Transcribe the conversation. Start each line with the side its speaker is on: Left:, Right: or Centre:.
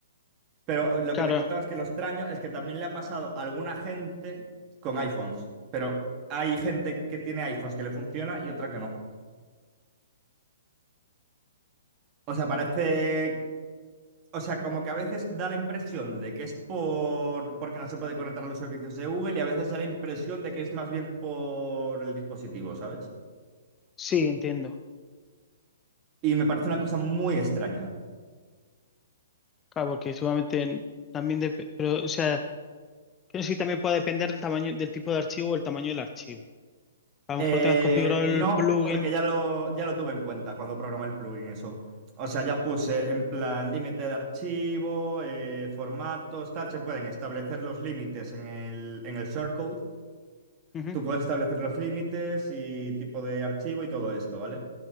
Right: Pero lo
Left: claro,
Right: que te contaba es que lo extraño es que también le ha pasado a alguna gente con iPhones. Pero hay gente que tiene iPhones que le funciona y otra que no. O sea, parece. O sea, como que a veces da la impresión de que es por. porque no se puede conectar a los servicios de Google y a veces da la impresión de que es más bien por el dispositivo, ¿sabes?
Left: sí, entiendo.
Right: Y me parece una cosa muy extraña.
Left: Claro, porque seguramente también dep- pero, o sea, creo que sí también puede depender del tamaño, del tipo de archivo o el tamaño del archivo. A lo
Right: Eh,
Left: mejor tengas configurado
Right: no,
Left: el plugin.
Right: porque ya lo, ya lo tuve en cuenta cuando programé el plugin eso. O sea, ya puse en plan límite de archivo, eh, formatos, tal. Se pueden establecer los límites en el, en el shortcode.
Left: Ujú.
Right: Tú puedes establecer los límites y tipo de archivo y todo esto, ¿vale?